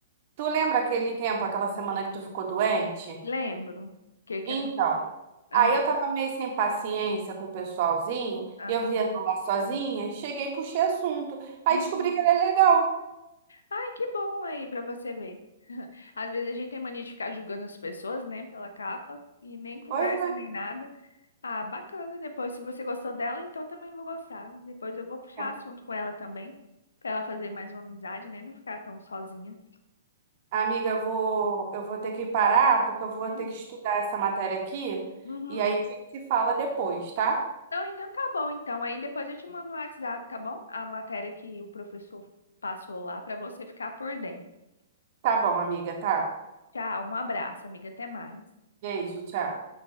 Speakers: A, on the right; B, on the left.
A: Tu lembra aquele tempo, aquela semana que tu ficou doente?
B: Lembro o que que
A: Então.
B: aconteceu. Ah,
A: Aí eu tava meio sem paciência com o pessoalzinho,
B: aham.
A: eu via lá sozinha, cheguei e puxei assunto. Aí
B: Uhum.
A: descobri que ele é legal.
B: Ai, que bom aí pra você ver. <laughs> Às vezes a gente tem mania de ficar julgando as pessoas, né, pela capa, e nem conversa
A: Pois
B: nem nada. Ah, bacana. Depois, se você gostou dela, então também vou gostar. Depois eu vou puxar
A: é.
B: assunto com ela também, pra ela fazer mais uma amizade, né? Não ficar tão sozinha.
A: Amiga, eu vou, eu vou ter que parar, porque eu vou
B: Ah,
A: ter que estudar essa matéria aqui,
B: Uhum.
A: e aí a gente se fala depois, tá?
B: Não, então tá bom. Então, aí depois eu te mando no WhatsApp, tá bom? A matéria que o professor passou lá pra você ficar por dentro.
A: Tá bom, amiga, tá.
B: Tchau, um abraço, amiga. Até mais.
A: Beijo, tchau.